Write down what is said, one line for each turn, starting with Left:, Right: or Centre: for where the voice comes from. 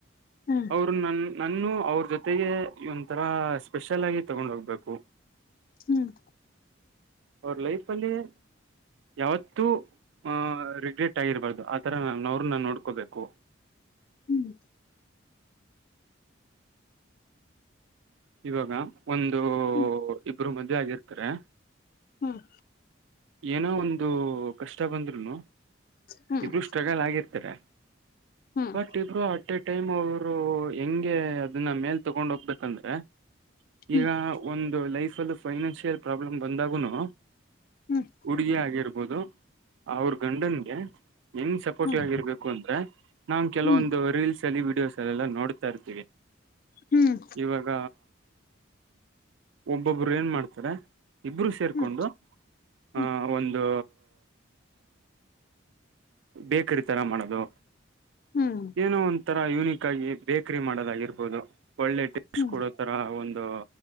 Left: ಹ್ಮ್
Right: ಅವರು ನ ನನ್ನ ಅವ್ರ ಜೊತೆಗೆ ಒಂಥರ ಸ್ಪೆಷಲ್ ಆಗಿ ತೊಗೊಂಡು ಹೋಗ್ಬೇಕು
Left: ಹ್ಮ್
Right: ಅವ್ರ ಲೈಫಲ್ಲಿ ಯಾವತ್ತೂ ಹ ರಿಗ್ರೆಟ್ ಆಗಿರಬಾರ್ದು ಆ ಥರ ನನ್ನವರನ್ನ ನೋಡ್ಕೋಬೇಕು
Left: ಹ್ಮ್
Right: ಇವಾಗ ಒಂದು
Left: ಹ್ಮ್
Right: ಇಬ್ರು ಮದ್ವೆ ಆಗಿರ್ತಾರೆ
Left: ಹ್ಮ್
Right: ಏನೋ ಒಂದು ಕಷ್ಟ ಬಂದ್ರುನು
Left: ಹ್ಮ್
Right: ಇಬ್ರು ಸ್ಟ್ರಗಲ್ ಆಗಿರ್ತರೆ
Left: ಹ್ಮ್
Right: ಬಟ್ ಇಬ್ರು ಆಟಟ್ ಟೈಮ್ ಅವ ರು ಹೆಂಗೆ ಅದನ್ನ ಮೇಲ್ ತಗೊಂಡ್ ಹೋಗ್ಬೇಕಂದ್ರೆ
Left: ಹ್ಮ್
Right: ಈಗ ಒಂದ್ ಲೈಫಲ್ಲಿ ಫೈನಾನ್ಷಿಯಲ್ ಪ್ರಾಬ್ಲಮ್ ಬಂದಾಗುನು
Left: ಹ್ಮ್
Right: ಹುಡುಗಿ ಆಗಿರ್ಬೋದು ಅವ್ರ ಗಂಡನ್ಗೆ ಹೆಂಗ್ ಸಪೋರ್ಟಿವ್
Left: ಹ್ಮ್
Right: ಆಗಿರ್ಬೇಕು ಅಂದ್ರೆ ನಾವು ಕೆಲವೊಂದು
Left: ಹ್ಮ್ ಹ್ಮ್ ಹ್ಮ್
Right: ರೀಲ್ಸ್ ಅಲ್ಲಿ ವೀಡಿಯೋಸ್ ಅಲ್ಲೆಲ್ಲ ನೋಡ್ತಾರ್ತೀವಿ
Left: ಹ್ಮ್
Right: ಇವಾಗ ಒಬ್ಬೊಬ್ರು ಏನ್ ಮಾಡ್ತಾರೆ ಇಬ್ಬರು ಸೇರ್ಕೊಂಡು
Left: ಹ್ಮ್
Right: ಹ
Left: ಹ್ಮ್
Right: ಒಂದು ಬೇಕರಿ ತರ ಮಾಡೋದು
Left: ಹ್ಮ್ ಹ್ಮ್
Right: ಏನು ಅಂತ ತರ ಯುನಿಕ್ ಆಗಿ ಬೇಕ್ರಿ ಮಾಡೋದಾಗಿರ್ಬೋದು ಒಳ್ಳೆ ಟೇಸ್ಟ್
Left: ಹ್ಮ್
Right: ಕೊಡೋ ತರ ಒಂದು